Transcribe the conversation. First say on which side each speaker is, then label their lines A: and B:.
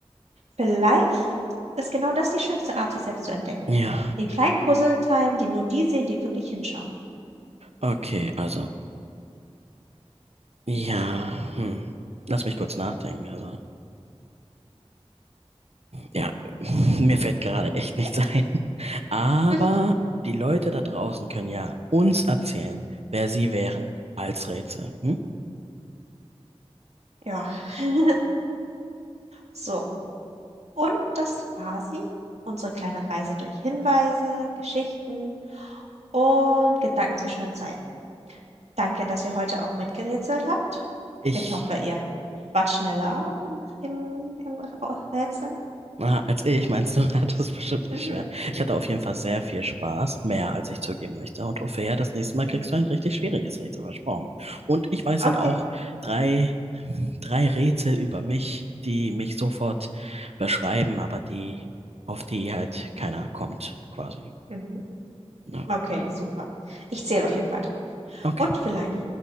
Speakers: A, on the right; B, on the right.
A: vielleicht ist genau das die schönste Art, sich selbst zu entdecken.
B: ja,
A: in kleinen Puzzleteilen, die nur die sehen, die wirklich hinschauen.
B: okay, also, ja, hm. Lass mich kurz nachdenken. Also, ja, <laughs> mir fällt gerade echt nichts ein. Aber
A: <laughs>
B: die Leute da draußen können ja uns erzählen, wer sie wären als Rätsel. Hm?
A: Ja. <laughs> So, und das war sie, unsere kleine Reise durch Hinweise, Geschichten und Gedanken zwischen den Zeilen. Danke, dass ihr heute auch mitgerätselt habt.
B: Ich
A: Ich hoffe, ihr wart schneller im, im Rätseln.
B: Aha, als ich, meinst du, <laughs> hat das bestimmt
A: Mhm.
B: nicht schwer. Ich hatte auf jeden Fall sehr viel Spaß, mehr als ich zugeben möchte. Und Ophäa, das nächste Mal
A: Mhm.
B: kriegst du ein richtig schwieriges Rätsel versprochen. Und ich weiß
A: Okay.
B: dann auch drei, drei Rätsel über mich, die mich sofort beschreiben, aber die, auf die halt keiner kommt, quasi.
A: Mhm.
B: Ja.
A: Okay, super. Ich zähle auf jeden Fall drauf.
B: Okay,
A: Und vielleicht,